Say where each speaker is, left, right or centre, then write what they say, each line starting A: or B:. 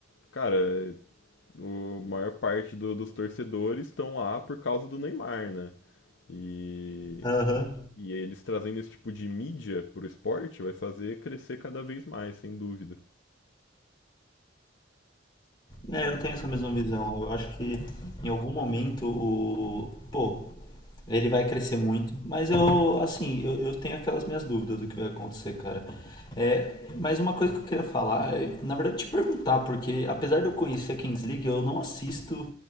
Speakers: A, on the left (about 65°); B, on the left (about 25°).
A: cara, o maior parte do- dos torcedores estão lá por causa do Neymar, né? E,
B: Aham.
A: e eles trazendo esse tipo de mídia pro esporte vai fazer crescer cada vez mais, sem dúvida.
B: É,
A: E.
B: eu tenho essa mesma visão. Eu acho que em algum momento o. Pô, ele vai crescer muito. Mas eu, assim, eu, eu tenho aquelas minhas dúvidas do que vai acontecer, cara. É, mas uma coisa que eu queria falar, é, na verdade, te perguntar, porque apesar de eu conhecer a Kings League, eu não assisto